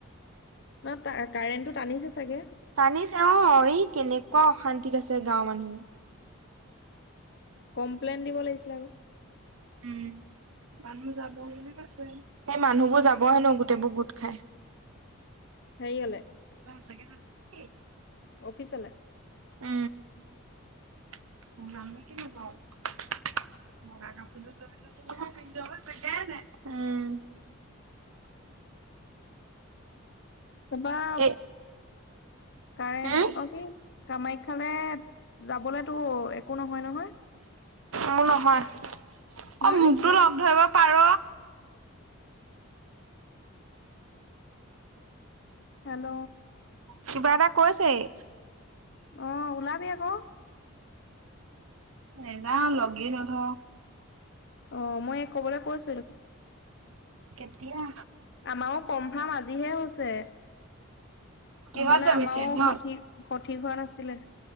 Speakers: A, on the left; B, on the right.
A: ন, তা কাৰেণ্টটো টানিছে চাগে।
B: টানিছে অ', ই কেনেকুৱা অশান্তিত আছে গাঁৱৰ মানুহ।
A: কমপ্লেইন দিব লাগিছিলে আক'।
B: উ। মানুহ যাব বুলি কৈছে। সেই মানুহবোৰ যাব হেনো গোটেইবোৰ গোট খাই। কিবা
A: হেৰিয়লে
B: সচাঁকে যাবি নে কি?
A: অফিচলে?
B: উ। <unintelligible>
A: <inaudible>
B: বগা কাপোৰ যোৰ লৈ লৈছো নহয়, পিন্ধি যাবলৈ জেগাই নাই। উ।
A: এবাব।
B: এ
A: কাৰেণ্ট,
B: হুম?
A: অ', কি, কামাখ্যালে যাবলেতো একো নহয় নহয়?
B: মো নহয়,
A: হুম
B: অ', মোকটো লগ ধৰিব পাৰ।
A: হেল্ল!
B: কিবা এটা কৈছে এই।
A: অ', ওলাবি আক'।
B: নেযাওঁ, লগেই নধৰ।
A: অ', মই এইক কবলৈ কৈছোৱে দেখোন।
B: কেতিয়া?
A: আমাৰো কমফাৰ্ম আজিহে হৈছে।
B: কিহত
A: নহ'লে
B: যাবি
A: আমাও
B: ট্ৰেইনত?
A: সঠিক, সঠিক হোৱা নাছিলে।